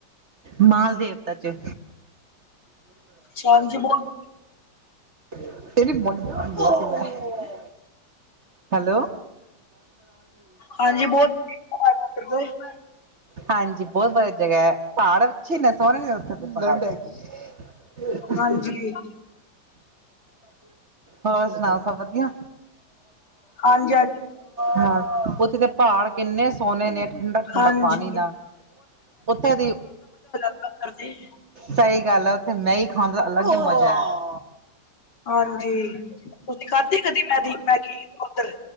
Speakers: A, on the right; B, on the left.
A: ਮਾਲ ਦੇਵਤਾ ਚ
B: ਹਾਂਜੀ ਬਹੁਤ
A: <unintelligible> ਹੈਲੋ
B: ਹਾਂਜੀ <unintelligible>
A: ਹਾਂਜੀ ਬਹੁਤ ਵਧੀਆ ਜਗ੍ਹਾ ਏ, ਪਹਾੜ ਅੱਛੇ ਨੇ ਸੋਹਣੇ ਨੇ ਉੱਧਰ। ਲੈਟ ਹੈਗੀ ਏ।
B: ਹਾਂਜੀ
A: ਹੋਰ ਸੁਣਾਓ ਸਭ ਵਧੀਆ
B: ਹਾਂਜੀ
A: ਹਾਂ ਉਹਥੇ ਤਾਂ, ਪਹਾੜ ਕਿੰਨੇ ਸੋਹਣੇੇ ਨੇ, ਠੰਡਾ ਠੰਡਾ
B: ਹਾਂਜੀ
A: ਪਾਣੀ ਨਾਲ, ਉੱਥੇ ਦੀ
B: ਉਹਦੇ,
A: ਸਹੀ ਗੱਲ ਆ, ਉੱਥੇ ਮੈਂਗੀ ਖਾਣ ਦਾ ਅਲੱਗ ਹੀ ਮਜ਼ਾ ਆ।
B: ਹਾਂਜੀ, ਤੁਸੀਂ ਖਾਧੇ ਕਦੇ ਮੈਂਦੀ ਮੈਗੀ ਉੱਧਰ